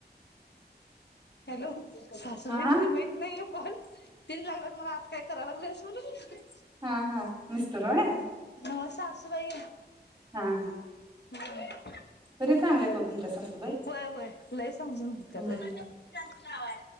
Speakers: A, on the left; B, on the right.
A: हॅलो. सासूबाईसनी
B: हा
A: माहीत नाहीये कॉल? तिनी लागलात मला आता काय करा लागल्यास म्हणून
B: हा, हा. मीस्टर होय?
A: नव्हं सासूबाई
B: हा, हा.
A: हो.
B: तरी चांगल्या हाईत ओ तुमच्या सासू
A: होय होय लय समजून घेण्यात
B: हम्म
A: होय,